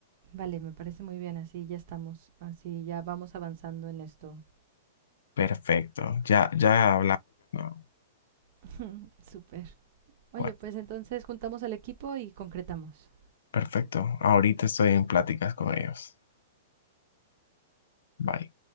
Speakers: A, on the right (about 50°); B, on the left (about 80°).
A: Vale, me parece muy bien, así ya estamos, así ya vamos avanzando en esto.
B: Perfecto, ya, ya hablamos. ¿no?
A: <laughs> Súper. Oye,
B: Bueno,
A: pues entonces juntamos al equipo y concretamos.
B: perfecto. Ahorita estoy en pláticas con ellos. Bye.